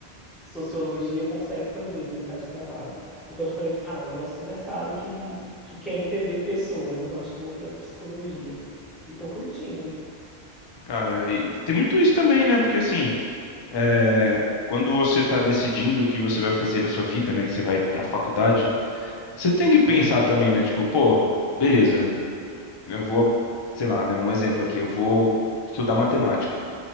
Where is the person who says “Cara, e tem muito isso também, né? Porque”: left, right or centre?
Left